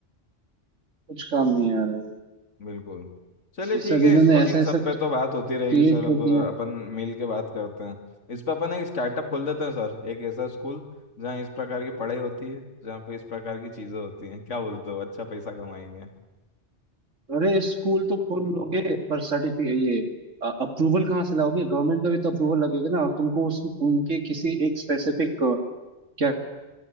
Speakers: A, on the right; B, on the left.
A: कुछ काम नहीं आ रहा है
B: बिल्कुल चलिए
A: ये
B: ठीक
A: सब
B: है
A: इन्होंने
B: इस पर
A: ऐसा
B: इन
A: ऐसा
B: सब पे तो बात होती
A: क्रिएट
B: रहेगी सर अब
A: कर
B: अपन
A: दिया
B: मिल के बात करते हैं इस पर अपन एक स्टार्टअप खोल देते हैं सर एक ऐसा स्कूल जहाँ इस प्रकार की पढ़ाई होती है जहाँ पे इस प्रकार की चीज़ें होती हैं क्या बोलते हो अच्छा पैसा कमाएंगे
A: अरे स्कूल तो खोल लोगे पर सर्टिफिकेट ये अप्रूवल कहाँ से लाओगे गवर्नमेंट का भी तो अप्रूवल लगेगा ना और तुमको उस उनके किसी एक स्पेसिफिक क्या क्या